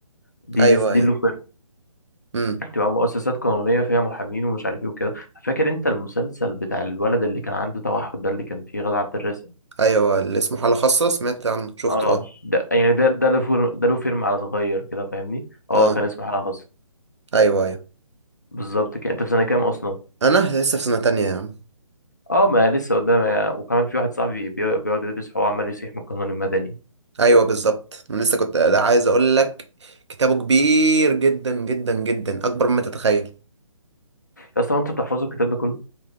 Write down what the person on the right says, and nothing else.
أيوه
أيوه
أمم
أيوه اللي اسمه حالة خاصة سمعت عنه شفته
أه
أه
أيوه أيوه
أنا لسه في سنة تانية يا عم
أيوه بالظبط أنا لسه كنت عايز أقول لك كتابه كبير جدا جدا جدا أكبر مما تتخيل